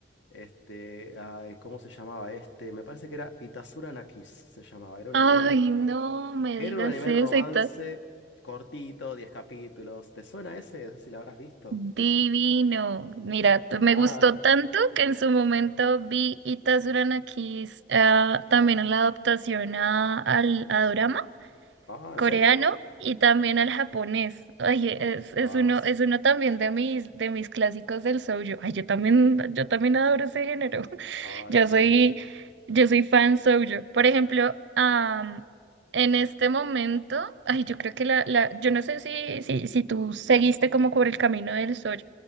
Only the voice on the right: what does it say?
Ay,
no me
digas
eso
y todo.
Divino. Mira, t- me
gustó tanto que en su momento vi Itazura no Kiss, ah, también en la adaptación a, al, a Dorama.
coreano
y también al japonés. Oye, es, es
uno,
es uno también de mis, de mis clásicos del shoujo. Ay, yo también, yo también adoro ese género. <laughs>
Yo
soy, yo soy fan shoujo. Por ejemplo, am, en este momento, ay, yo creo que la, la, yo no sé si, si, si tú seguiste como por el camino del shoujo,